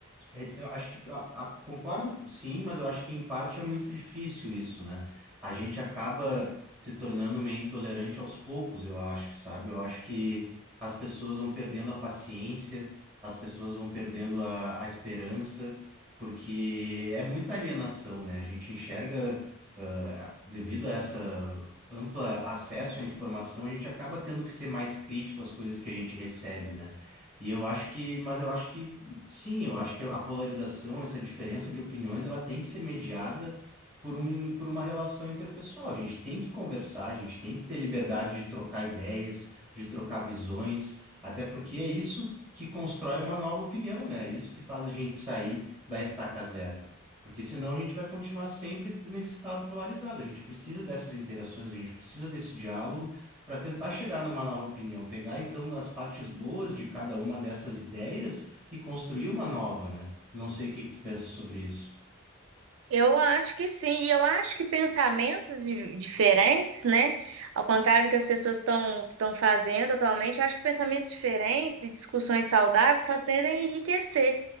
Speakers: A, on the right; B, on the right.
A: É, eu acho que a- a- concordo, sim, mas eu acho que em parte é muito difícil isso, né? A gente acaba se tornando meio intolerante aos poucos, eu acho, sabe? Eu acho que as pessoas vão perdendo a paciência, as pessoas vão perdendo a, a esperança, porque é muita alienação, né? A gente enxerga, ah, a- devido a essa ampla acesso à informação, a gente acaba tendo que ser mais crítico às coisas que a gente recebe, né? E eu acho que, mas eu acho que Sim, eu acho que a polarização, essa diferença de opiniões, ela tem que ser mediada por um, por uma relação interpessoal. A gente tem que conversar, a gente tem que ter liberdade de trocar ideias, de trocar visões, até porque é isso que constrói uma nova opinião, né? É isso que faz a gente sair da estaca zero. Porque senão a gente vai continuar sempre nesse estado polarizado. A gente precisa dessas interações, a gente precisa desse diálogo para tentar chegar numa nova opinião, pegar então as partes boas de cada uma dessas ideias e construir uma nova, né? Não sei o que que tu pensa sobre isso.
B: Eu acho que sim, e eu acho que pensamentos di- diferentes, né? Ao contrário do que as pessoas estão estão fazendo atualmente, eu acho que pensamentos diferentes e discussões saudáveis só tendem a enriquecer.